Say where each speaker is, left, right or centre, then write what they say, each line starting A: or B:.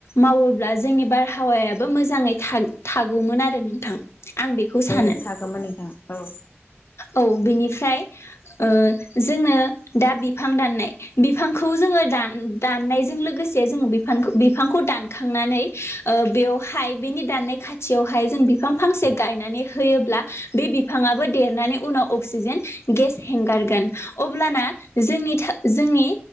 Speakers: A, on the left; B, on the left.
A: मावोब्ला जोंनि बारहावायाबो मोजाङै थाग थागौमोन आरो नोंथां आं बेखौ सानो
B: औ थागौमोन नोंथां औ
A: औ बिनिफ्राय ओ जोङो दा बिफां दाननाय बिफांखौ जोङो दान दाननायजों लोगोसे जोङो बिफां बिफांखौ दानखांनानै ओ बेयावहाय बेनि दाननाय खाथियावहाय जों बिफां फांसे गायनानै होयोब्ला बे बिफाङाबो देरनानै उनाव अक्सिजेन गेस हेंगारगोन अब्लाना जोंनि थो जोंनि